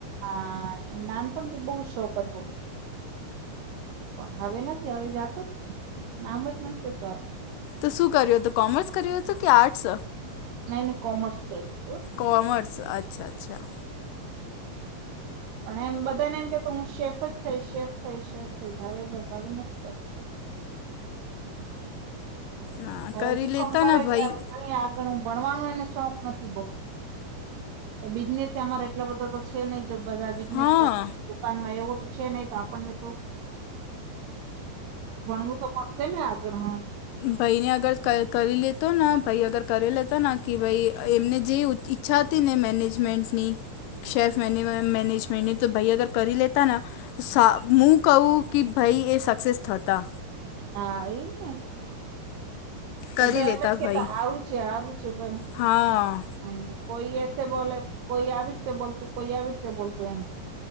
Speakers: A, on the right; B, on the left.
A: હા એ નાનપણ થી બહુ શોખ હતો. પણ હવે નથી જાતો નામદ <unintelligible>
B: તો શું કર્યું હતું કોમર્સ કર્યું હતું કે આર્ટસ?
A: નહી નહી કોમર્સ કર્યું તું.
B: કોમર્સ અચ્છા અચ્છા.
A: પણ એમ બધાને એમ કે તો હું શેફ જ થઈ શેફ થઈ શેફ થઈ હવે બસ હવે નથી કરતો.
B: ના
A: હવે
B: કરી
A: બીકોમ
B: લેતા
A: કરે
B: ના ભાઈ
A: છે હવે જોઈએ આગળ ભણવાનો એને શોખ નથી બઉ તો બિઝનેસ અમારે એટલા બધા તો છે નહી જો બધા બિઝનેસ
B: હા
A: કરશે પણ એવું તો છે નહી તો આપણને તો ભણવું તો પડ છે ને આગળ હા
B: ભાઈને અગર કરી લેતો ને ભાઈ અગર કરી લેતો ને કે ભાઈ એમને જે ઉ છા હતીને મેનેજમેન્ટની શેફ મે મેનેજમેન્ટ તો ભાઈ અગર કરી લેતા ને તો હું કહું કે ભાઈ એ સક્સેસ થતા
A: હા એમને બધા
B: કરી લેતા
A: એમજ કેતા
B: ભાઈ
A: સારું છે સારું છે પણ
B: હા.
A: હમ કોઈ એસે બોલે કોઈ આવી રીતે બોલતું કોઈ આવી રીતે બોલતું એમ.